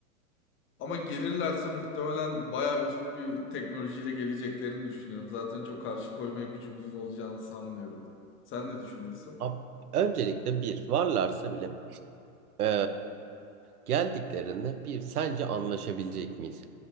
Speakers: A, on the left; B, on the right.
A: Ama gelirlerse muhtemelen bayağı üst bir teknolojiyle geleceklerini düşünüyorum. Zaten çok karşı koymaya gücümüzün olacağını sanmıyorum. Sen ne düşünüyorsun?
B: Ab- öncelikle bir varlarsa bile Ee, geldiklerinde bir sence anlaşabilecek miyiz?